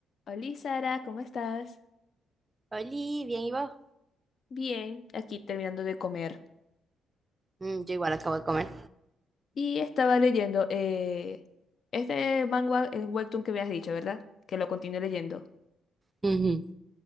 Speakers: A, on the left; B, on the right.
A: Hola Sara, ¿cómo estás?
B: Oli, bien, ¿y vos?
A: Bien, aquí terminando de comer.
B: Mm, yo igual acabo de comer.
A: Y estaba leyendo eh, este manga, el webtoon que me has dicho, ¿verdad? Que lo continúo leyendo.
B: Ujú.